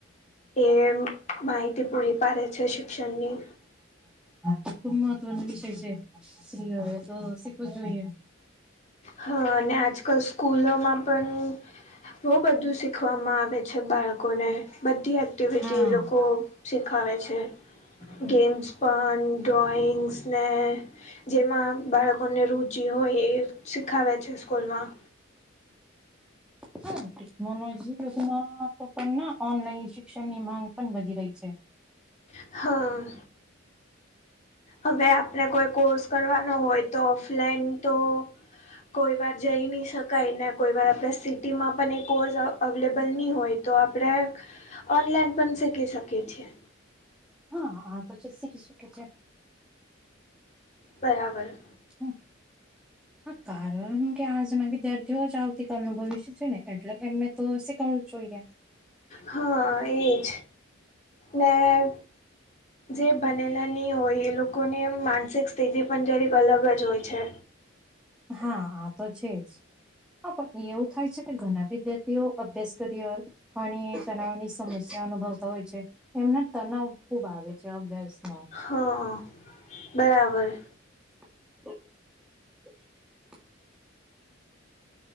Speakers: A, on the left (about 35°); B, in the centre.
A: એ માહિતી પૂરી પાડે છે શિક્ષણની,
B: તો ખુબ મહત્વનો વિષય છે, સ્ત્રીઓ એ તો શીખવો જોઈએ.
A: હા!, અને આજકાલ સ્કૂલોમાં પણ. બહુ બધું શીખવામાં આવે છે, બાળકોને બધી એક્ટિવિટી
B: હા
A: લોકો શીખાવે છે, ગેમ્સ પણ ડ્રોઈંગ્સને જેમાં બાળકોને રુચિ હોય એ શીખાવે છે સ્કૂલમાં.
B: હા ટેકનોલોજી યુગમાં તો પણ ઓનલાઈન શિક્ષણ ની માંગ પણ વધી રહી છે.
A: હા, હવે આપણે કોઈ કોર્સ કરવાનો હોય તો ઓફલાઈન તો કોઈ વાર જઈ નહીં શકાય ને, કોઈ વાર આપણે સિટીમાં પણ એ કોર્સ અવેલેબલ નહીં હોય. તો આપણેે ઓનલાઈન પણ શીખી શકીએ છીએ,
B: હ હા તો શીખી શકે છે.
A: બરાબર.
B: હમ, હા, કારણ કે આજના વિદ્યાર્થીઓ જ આવતીકાલ અનું ભવિષ્ય છે ને. એટલે એમને તો શીખવવું જ જોઈએ.
A: હા એજ, મેં જે બનેલા નહીં હોય, એ લોકોની એમ માનસિક સ્થિતિ પણ જરેક અલગ જ હોય છે.
B: હા! આ તો છે જ. હા પણ એવું થાય છે કે, ઘણા વિદ્યાર્થીઓ અભ્યાસ કર્યો. અનેણી તનાવની સમસ્યા અનુભવતા હોય છે. એમને તનાવ ખુબ આવે છે અભ્યાસ નો
A: હા! બરાબર.
B: <unintelligible>